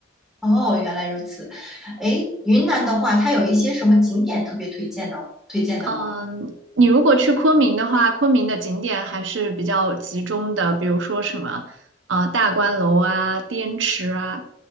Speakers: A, in the centre; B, on the right.
A: 哦，原来如此。诶，云南的话，它有一些什么景点特别推荐的推荐的吗？
B: 嗯、你如果去昆明的话，昆明的景点还是比较集中的，比如说什么啊、呃大观楼啊、滇池啊，